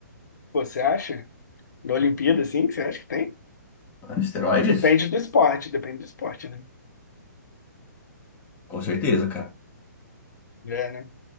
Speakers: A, on the left; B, on the left.
A: Pô, Você acha? Na Olimpíada, assim, você acha que tem?
B: Esteroides?
A: Depende do esporte, depende do esporte, né?
B: Com certeza, cara.
A: É, né?